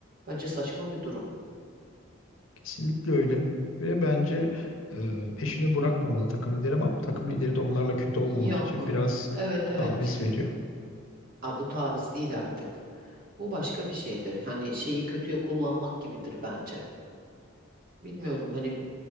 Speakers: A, on the right; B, on the left.
A: Bence saçma bir durum.
B: Kesinlikle öyle. Ve bence e, peşini bırakmamalı takım lideri ama takım lideri de onlarla kötü olmamak
A: Yok.
B: için biraz
A: Evet evet.
B: taviz veriyor.
A: Aa, bu taviz değil artık. Bu başka bir şeydir. Hani şeyi kötüye kullanmak gibidir bence. Bilmiyorum hani